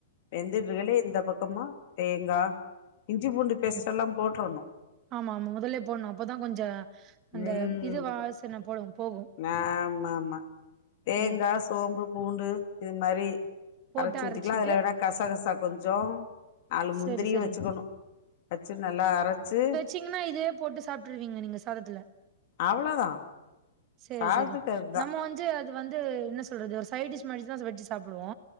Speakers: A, on the left; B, on the right.
A: வெந்துட்டுர்களே இந்த பக்கமா தேங்கா இஞ்சி பூண்டு பேஸ்டெல்லா
B: ம்.
A: போட்டர்ணு
B: ஆமா ஆமா முதலே போட்ணு அப்போதா கொஞ்ச அந்த
A: ம்
B: இது வாசன போடு போகு
A: ஆமா ஆமா தேங்கா
B: ம்
A: சோம்பு பூண்டு இது மாரி
B: போட்டு
A: அரைச்சு ஊத்திக்கலா
B: அரைச்சிட்டு
A: அதுல வேணா கச கசா கொஞ்சோ நாலு முந்திரியு
B: சரி சரி
A: வச்சுக்கணு வச்சு நல்லா அரைச்சு
B: சீங்கன்னா இதே போட்டு சாப்ட்டுருவீங்க நீங்க சாதத்துல
A: அவ்ளோதா
B: செரி
A: சாதத்துக்கு
B: செரி
A: அதுதா
B: நம்ம வந்து அது வந்து என்ன சொல்றது ஒரு சைட் டிஷ் மாரிதா அத வச்சு சாப்டுவோ